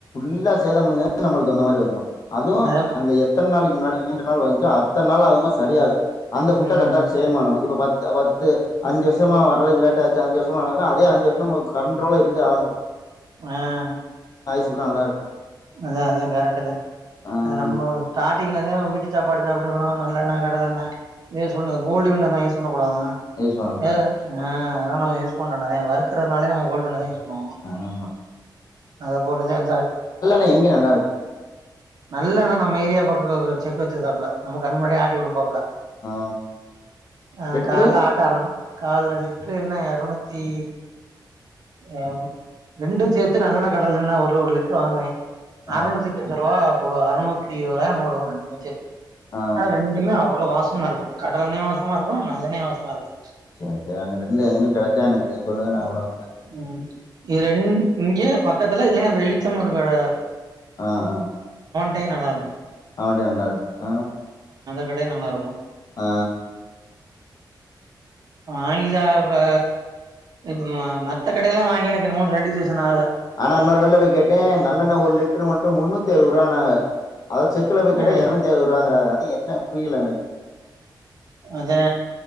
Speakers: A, on the left; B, on the right.
A: இல்லா சேதம் முஞ்சா தா நம்ளுக் அந்த மாரி வருமா அதுவு
B: அத
A: அந்த எத் எத்தன் நாளக்கி முன்னாடி நீண்ட நாள் வாழ்ந்சோ அத்தன் நாள் ஆவுமா சரியாகு அந்த ஃபுட்ட
B: ம்
A: கரட்டா செய்ணுமா நம்ம இப்ப பாத் த பத்து அஞ்சு வர்ஷமா வரத் லேட் ஆச்சு அஞ்சு வர்ஷமா நடந்தா அதே அஞ்சு வருஷமு கண்ட்ரோல இருந்தே ஆகுமா
B: அ
A: துல்லா நல்லா இருக்குமா
B: அதா அதா கரட்டு த
A: ஆ
B: அது நம்மோ ஸ்டாட்டிங் நீ வதாவ் விடு என்ன சாப்பாடு சாப்ட்டுருக்கனு நல்லெண்ண கடலெண்ண நீங்க சொல்லுங்க கோல்டு வின்னர் நா யூஸ் கூட தான
A: ஆ யூஸ் பண்ண கூடாது
B: எ அ நானாக யூஸ் கொஞ்சோ நறைய வருக்றனாலே நம்ம கோல்டு வின்னர் தா யூஸ் பண்ணுவோ
A: ஆமா
B: அத போட்டு த சாச்
A: எ இங்க நல்லாருக்கும்
B: நல்லெண்ண நம்ம ஏரியா பக்கக்ரோ செக் வச்சிருக்காப்ல நம்ம கண்ணு முன்னாடி ஆட்டி குடுப்பாப்ல
A: ஆ
B: அ
A: லிட்ரு
B: கால ஆட்டாரு கால்ல லிட்ரு என்ன எரநூத்தி அ ரெண்டும் சேத்து நல்லெண்ண கடலெண்ண ஒருல ஒரு லிட்ரு வாங்குவ
A: ஆ
B: அறநூத்தி சொச்ச ரூபா போடுவா அறுநூத்தி இருவதுரூவாய அவன் போடுவா பட்ஜெட்
A: ஆ
B: அனா ரெண்டுமே அவ்ளோ வாஸ் சும்மா இருக்கு கடலெண்ணெயும் வாசமா இருக்கும் நல்லெண்ணெயும் வாசமா இருக்கும்
A: சேர் சேர் அங்கன இருந்து எங்கனு கெடைச்சா எனக்கு சொல்லுங்க நா கூடோ வந்து வாங்கிக்கிற
B: ம் இது ரெண் இங்கே பக்கதுல இல்லனா வெளிச்சம்னு ஒரு கட
A: ஆ ஆ ஆ
B: டீ நல்லா இருக்கும்
A: அவன் டீ நல்லா இருக்கும் ம்
B: கடே நல்லாருக்கு
A: ஆ
B: வாங்கி சாப்ப இப் மத்த கடைலா வாங்கி எனக்கு என்னமோ சாட்டிஸ்பேக்ஷன் ஆகல
A: ஆனா இன்னொரு கல்ல போய் கேட்டே நல்லெண்ண ஒரு லிட்ரு மட்டு முன்னூத்தி அறுவருவான்னாங்க அத செக்குல போய் கேட்டா
B: ஆ
A: எர்நூத்தி அறுவருவாங்குறாக என்ன புரில எனக்கு
B: அதா